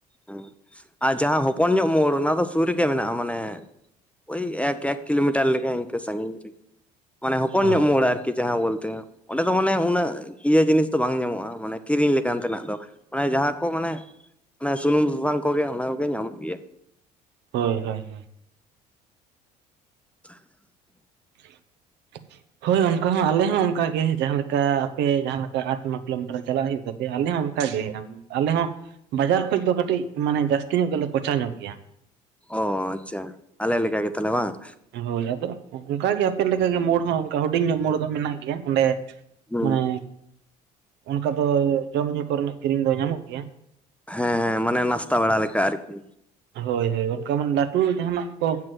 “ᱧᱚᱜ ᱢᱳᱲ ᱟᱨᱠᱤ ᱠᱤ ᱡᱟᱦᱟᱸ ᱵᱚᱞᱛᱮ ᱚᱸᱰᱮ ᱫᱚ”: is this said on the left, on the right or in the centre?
Centre